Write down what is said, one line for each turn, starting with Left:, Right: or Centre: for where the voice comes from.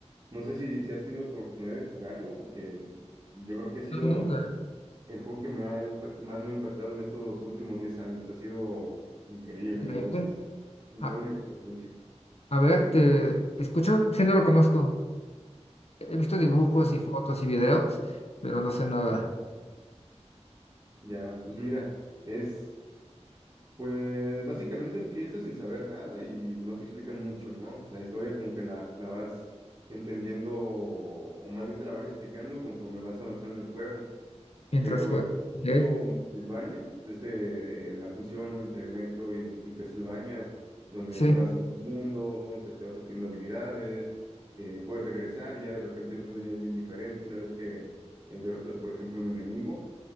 Right: no sé si, si has tenido oportunidad de jugarlo porque yo creo que ha sido
Left: no, nunca.
Right: el juego que me ha impact- más me ha impactado en estos últimos 10 años. Ha sido increíble,
Left: Increíble.
Right: ¿no? Es, es
Left: A,
Right: toda una experiencia.
Left: a ver, te escucho, sí, no lo conozco. He visto dibujos
Right: Sí.
Left: y fotos y videos, pero no sé nada
Right: Ya, pues mira, es... Pues básicamente empiezas sin saber nada y no te explican mucho, ¿no? La historia como que la, la vas entendiendo o más bien te la van explicando conforme vas avanzando en el juego.
Left: mientras
Right: Pero
Left: juego.
Right: este
Left: Ok,
Right: mundo Metroidvania, desde eh, la fusión, ¿no? entre Metro y, y Castlevania, donde
Left: sí,
Right: vas a mundos, este, vas obteniendo habilidades, eh, puedes regresar y ya de repente el mundo ya es bien diferente una vez que eh, derrotas, por ejemplo, un enemigo.